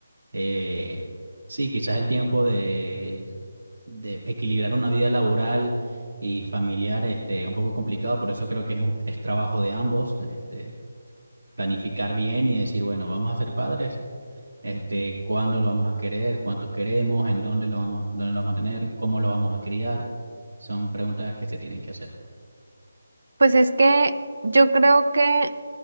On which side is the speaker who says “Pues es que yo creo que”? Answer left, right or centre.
Right